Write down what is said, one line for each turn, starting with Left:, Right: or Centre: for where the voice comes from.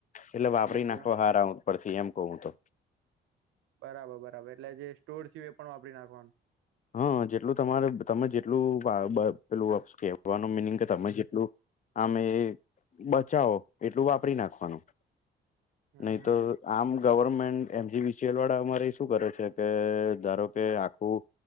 Left: એટલે વાપરી
Right: એવું
Left: નાખવા
Right: એમ
Left: હારા ઉપથી એમ કવ હું તો.
Right: બરાબર-બરાબર. એટલે જે સ્ટુર થયું એ પણ વાપરી નાખવાનું?
Left: હા. જેટલું તમારે તમે જેટલું <unintelligible> પહેલું કહેવાનું મિનિંગ કે તમે જેટલું આમે બચાવો એટલું વાપરી નાખવાનું,
Right: હમ
Left: નહીં
Right: હમ
Left: તો આમ government M G V C L વાળા અમારેય શું કરે છે કે ધારો કે આખું